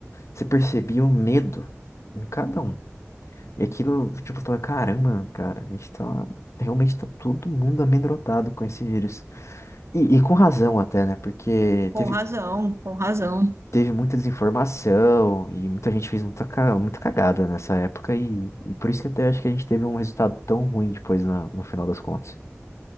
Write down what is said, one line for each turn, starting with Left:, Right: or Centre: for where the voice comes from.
Left: você percebia o medo em cada um. E aquilo, tipo, fala, caramba, cara, a gente tá. Realmente tá todo mundo amedrontado com esse vírus. E, e com razão até, né? Porque
Right: E com
Left: teve,
Right: razão, com razão.
Left: teve muita desinformação e muita gente fez muita, ca- muita cagada nessa época. E, e por isso que até acho que a gente teve um resultado tão ruim depois na- no final das contas.